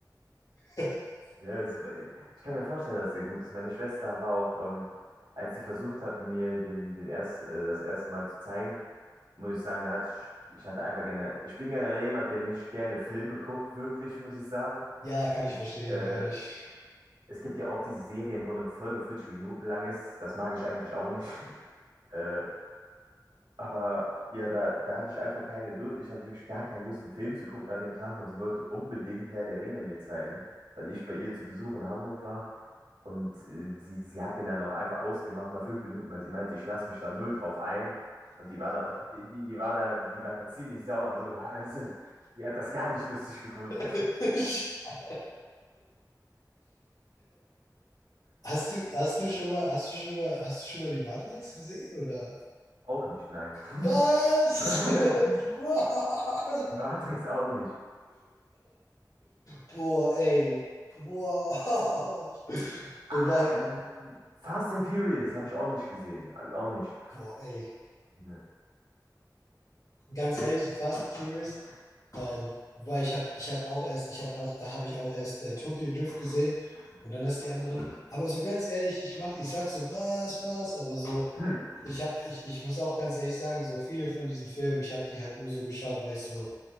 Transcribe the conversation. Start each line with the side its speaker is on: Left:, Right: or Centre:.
Left: <laughs>
Right: Ja, es, ich kann mir vorstellen, dass der gut ist. Meine Schwester war auch, ähm, als sie versucht hat, mir den, den erst, äh, das erste Mal zu zeigen, muss ich sagen, da hatte ich, ich hatte einfach gerne, ich bin generell jemand, der nicht gerne Filme guckt, wirklich, muss ich sagen.
Left: Ja, kann
Right: Ich,
Left: ich verstehen,
Right: äh,
Left: eigentlich.
Right: es gibt ja auch diese Serien, wo eine Folge 40 Minuten lang ist. Das mag ich eigentlich auch nicht. <laughs> Äh, aber ja, da, da hatte ich einfach keine Lust, ich hatte wirklich gar keine Lust, einen Film zu gucken an dem Tag und sie wollte unbedingt Herr der Ringe mir zeigen, weil ich bei ihr zu Besuch in Hamburg war. Und äh, sie, sie hat den dann auch einfach ausgemacht nach fünf Minuten, weil sie meinte, ich lasse mich da null drauf ein. Und die war da auch, die, die, die war da, die war da ziemlich sauer sogar. Also, die hat das gar nicht lustig gefunden.
Left: <laughs> Hast du, hast du schon mal, hast du schon mal, hast du schon mal die Matrix gesehen, oder?
Right: Auch nicht, nein.
Left: Was?
Right: <laughs>
Left: <laughs> Wow.
Right: Matrix auch nicht.
Left: Boah, ey. Wow. <laughs>
Right: Ah,
Left: Wobei,
Right: ähm, Fast and Furious habe ich auch nicht gesehen. Äh, Auch nicht.
Left: boah, ey.
Right: Ne.
Left: Ganz ehrlich, so Fast and Furious Ähm, weil ich habe ich hab auch erst, ich habe auch, da habe ich auch erst äh, Tokyo Drift gesehen und dann erst die anderen. Aber so ganz ehrlich, ich mach, ich sag so, was, was, aber so,
Right: Hm.
Left: ich habe, ich, ich muss auch ganz ehrlich sagen, so viele von diesen Filmen, ich habe die halt nur so geschaut, weil ich so,